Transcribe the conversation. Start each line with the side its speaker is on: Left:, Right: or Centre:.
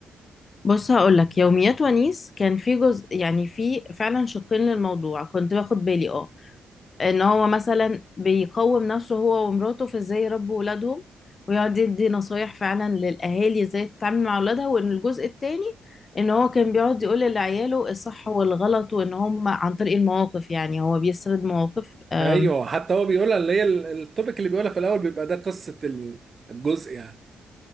Left: بص هقولك يوميات ونيس كان في جزء يعني في فعلا شقين للموضوع كنت باخد بالي اه ان هو مثلا بيقوم نفسه هو ومراته في ازاي يربوا ولادهم ويقعد يدي نصايح فعلا للاهالي ازاي تتعامل مع اولادها وان الجزء التاني ان هو كان بيقعد يقول لعياله الصح والغلط وان هم عن طريق المواقف يعني هو بيسرد مواقف أم،
Right: ايوه حتى هو بيقولها اللي هي ال- التوبيك اللي بيقولها في الاول بيبقى ده قصة ال- الجزء يعني